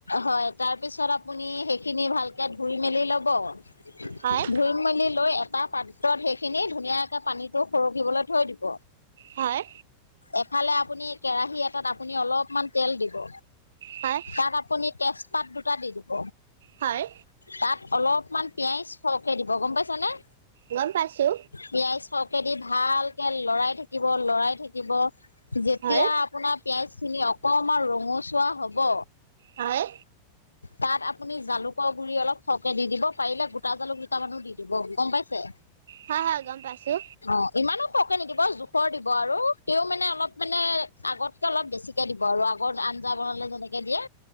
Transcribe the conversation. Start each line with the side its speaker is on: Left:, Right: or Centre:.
Left: হয় তাৰপিছত আপুনি সেইখিনি ভালকে ধুই মেলি ল'ব। <unintelligible>
Right: হয়
Left: মেলি লৈ এটা পাত্ৰত সেইখিনি ধুনীয়াকে পানীটো সৰকিবলৈ থৈ দিব।
Right: হয়।
Left: এফালে আপুনি কেৰাহী এটাত আপুনি অলপমান তেল দিব।
Right: হয়।
Left: তাত আপুনি টেজপাত দুটা দি দিব।
Right: হয়।
Left: তাত অলপমান পিয়াজ সৰহকে দিব গম পাইছে নে?
Right: গম পাইছো।
Left: পিয়াজ সৰহকে দি, ভালকে লৰাই থাকিব লৰাই থাকিব যেতিয়া
Right: হয়
Left: আপোনাৰ পিঁয়াজখিনি অকণমান ৰঙচুৱা হ'ব।
Right: হয়।
Left: তাত আপুনি জালুকৰ গুড়ি অলপ সৰহকে দি দিব পাৰিলে গোটা জালুক দুটামানো দি দিব গম পাইছে?
Right: হয় হয় গম পাইছো
Left: অ' ইমানো সৰহকে নিদিব জো খৰ দিব আৰু তেও মানে অলপ মানে আগতকৈ অলপ বেছিকে দিব আৰু আগত আঞ্জা বনালে যেনেকৈ দিয়ে।